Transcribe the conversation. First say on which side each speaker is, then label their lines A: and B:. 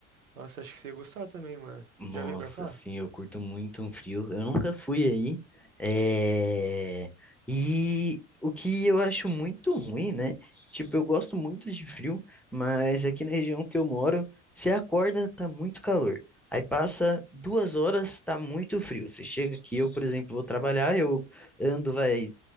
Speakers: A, on the right; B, in the centre.
A: Nossa, acho que você ia gostar também, mano.
B: Nossa,
A: Já veio pra cá?
B: sim, eu curto muito um frio. Eu nunca fui aí. É... E o que eu acho muito ruim, né? Tipo, eu gosto muito de frio, mas aqui na região que eu moro, você acorda, tá muito calor. Aí passa duas horas, tá muito frio. Você chega aqui, eu, por exemplo, vou trabalhar, eu ando, vai,